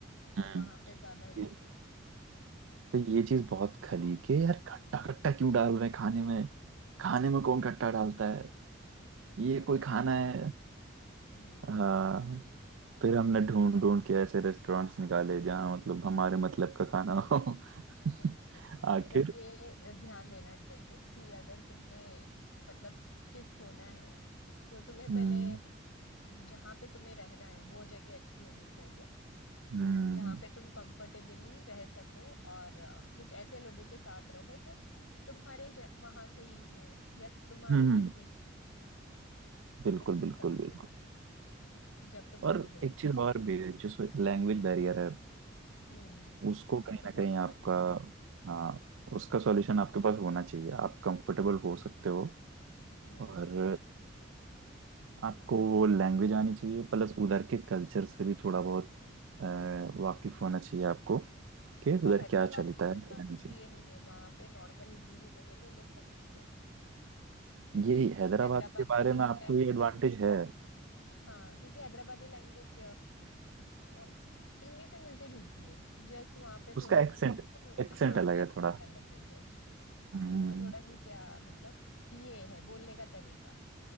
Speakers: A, on the left; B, on the right.
A: और
B: हम्म
A: वहाँ पे ज्यादा यूज
B: ये-
A: होती है
B: तो ये चीज बहुत खली के यार खट्टा खट्टा क्यों डाल रहे हैं खाने में
A: <laughs>
B: खाने में कौन खट्टा
A: टमाटर
B: डालता है ये
A: टमाटर
B: कोई खाना
A: बहुत
B: है
A: है हम्म
B: हाँ फिर हमने ढूंढ ढूंढ के ऐसे रेस्टोरेंट्स निकाले जहाँ मतलब हमारे मतलब का खाना हो <laughs>
A: ओके
B: आखिर
A: मतलब ये ध्यान देना चाहिए कि अगर तुम्हें मतलब शिफ्ट होना है तो तुम्हें
B: हम्म
A: पहले जहाँ पे तुम्हें रहना है वो जगह अच्छी होनी चाहिए
B: हम्म हम्म,
A: जहाँ पे तुम कंफर्टेबली रह सको और अ, कुछ ऐसे लोगों के साथ रहो जो तुम्हारे ज- वहां से ही हो या तुम्हारे
B: हम्म,
A: जैसे ही
B: बिल्कुल
A: जो तुम्हें
B: बिल्कुल
A: समझे
B: बिल्कुल
A: जब तुम अकेले
B: और
A: रहो
B: एक चीज और भी है जो लैंग्वेज बैरियर है
A: हम्म
B: उसको
A: वो
B: कहीं
A: तो
B: ना
A: बहुत
B: कहीं आपका
A: बड़ा है
B: हाँ उसका सॉल्यूशन आपके पास होना चाहिए आप कंफर्टेबल हो सकते हो
A: हम्म
B: और आपको वो लैंग्वेज आनी चाहिए प्लस उधर के कल्चर से भी थोड़ा बहुत अ, वाकिफ होना चाहिए आपको कि उधर
A: पर हैदराबाद
B: क्या चलता
A: में तो
B: है
A: इतना
B: यानी
A: कुछ
B: चाहिए
A: ये नहीं है वहां पे नॉर्मल हिंदी भी बोलोगे लोग समझते हैं क्योंकि
B: ये
A: उनकी
B: हैदराबाद
A: हैदराबादी
B: के बारे में आपको
A: लैंग्वेज
B: ये एडवांटेज है
A: हाँ क्योंकि हैदराबादी लैंग्वेज मतलब हिंदी से मिलती जुलती है जस्ट वहां पे
B: उसका
A: थोड़ा
B: एक्सेंट
A: सी तो,
B: एक्सेंट
A: हाँ
B: अलग
A: एसेंट
B: है थोड़ा
A: अलग है जस्ट
B: हम्म
A: और थोड़ा सी क्या मतलब ये है बोलने का तरीका